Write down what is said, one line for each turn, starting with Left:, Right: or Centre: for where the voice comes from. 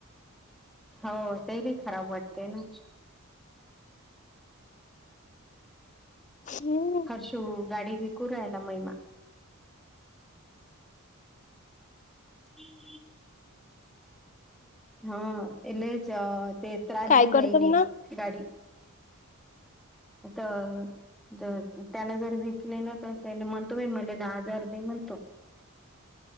Centre: हो ते बी खराब वाटते ना
Left: हम्म
Centre: शिव गाडी विकू राहायला महिना <inaudible> हा लईच त्रास
Left: काय
Centre: देऊ राहिली
Left: करतो म्हणा
Centre: गाडी आता ज त्यान जर विकले ना तर त्याला म्हणतो मला दहा हजार दे म्हणतो